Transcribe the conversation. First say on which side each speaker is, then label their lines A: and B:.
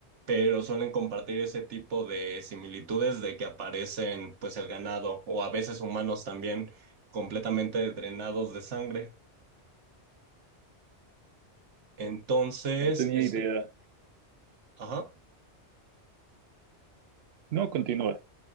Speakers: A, on the right; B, on the right.
A: Pero suelen compartir ese tipo de similitudes de que aparecen, pues, el ganado, o a veces humanos también, completamente drenados de sangre. Entonces,
B: No tenía
A: es...
B: idea.
A: Ajá.
B: No, continúa.